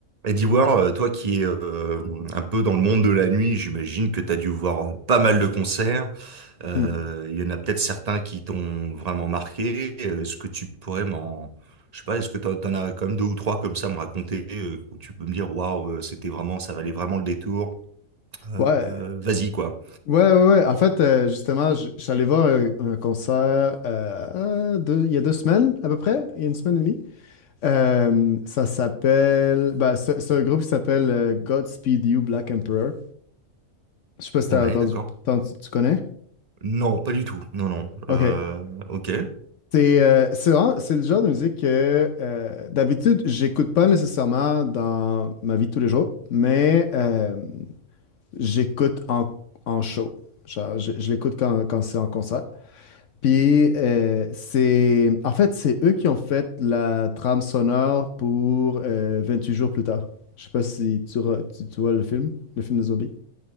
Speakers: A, on the right; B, on the left.
A: Eddie War, euh, toi qui es euh, un peu dans le monde de la nuit, j'imagine que tu as dû voir euh, pas mal de concerts. Euh,
B: Hmm.
A: Il y en a peut-être certains qui t'ont vraiment marqué. Est-ce que tu pourrais m'en... Je sais pas, est-ce que t'en, t'en as quand même deux ou trois comme ça à me raconter, euh, où tu peux me dire, waouh, euh, c'était vraiment, ça valait vraiment le détour. Euh,
B: Ouais.
A: euh, vas-y, quoi.
B: Ouais, ouais, ouais. En fait, euh, justement, je je suis allé voir un, un concert euh, euh, deux- il y a deux semaines, à peu près, il y a une semaine et demie. Euh, ça s'appelle. bah c'est c'est un groupe qui s'appelle euh, Godspeed You Black Emperor. Je sais pas si t'as
A: Ouais,
B: entendu,
A: d'accord.
B: t'en- tu, tu connais?
A: Non, pas du tout. Non, non.
B: Ok.
A: Euh, ok.
B: C'est euh, c'est vraiment- c'est le genre de musique que euh, d'habitude, j'écoute pas nécessairement dans ma vie de tous les jours, mais euh, j'écoute en, en show. Genre, je, je l'écoute quand, quand c'est en concert. Puis euh, c'est en fait c'est eux qui ont fait la trame sonore pour euh, 28 jours plus tard. Je sais pas si tu, re- tu, tu vois le film, le film de zombies.